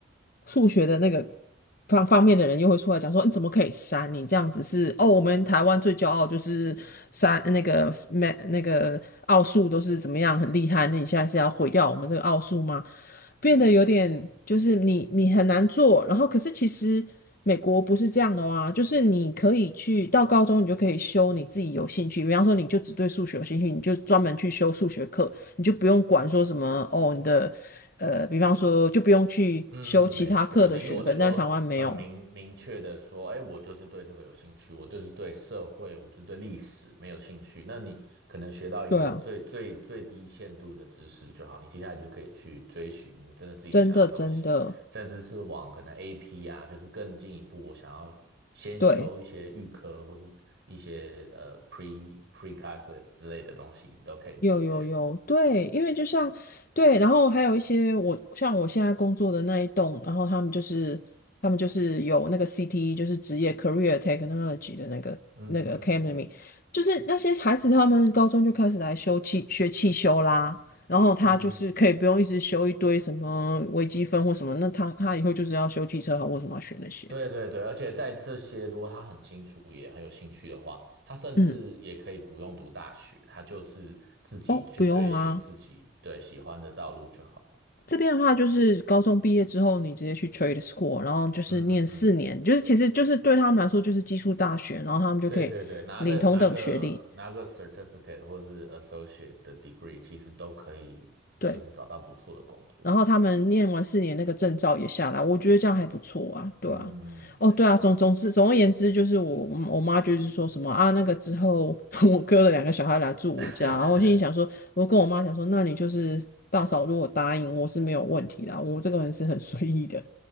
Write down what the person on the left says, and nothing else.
数学的那个方方面的人又会出来讲说，你怎么可以删？你这样子是哦，我们台湾最骄傲就是删那个 m 那个奥数都是怎么样很厉害，那你现在是要毁掉我们这个奥数吗？变得有点就是你你很难做，然后可是其实美国不是这样的啊，就是你可以去到高中你就可以修你自己有兴趣，比方说你就只对数学有兴趣，你就专门去修数学课，你就不用管说什么哦你的。呃，比方说就不用去修其他课的学分，
但台湾没有。
对啊，
真的真的，
对，
有有有，对，因为就像对，然后还有一些我像我现在工作的那一栋，然后他们就是他们就是有那个 CTE，就是职业 Career Technology 的那个那个
Academy，就是那些孩子他们高中就开始来修汽学汽修啦。然后他就是可以不用一直修一堆什么微积分或什么，
那他他以后就是要修汽车好，为什么要学那些？
嗯，
哦，不用啦。这边的话，就是高中毕业之后，你直接去 trade school，然后就是念四年，
就是其实就是对他们来说就是技术大学，然后他们就可以领同等学历，
对。
然后他们念完四年那个证照也下来，我觉得这样还不错啊，对啊。
哦，
对啊，总总之总而言之，就是我我妈就是说什么啊，那个之后 <laughs> 我哥的两个小孩来住我家，
然后我心里想说，我就跟我妈讲说，那你就是大嫂，如果答应我是没有问题的啊我这个人是很随意的。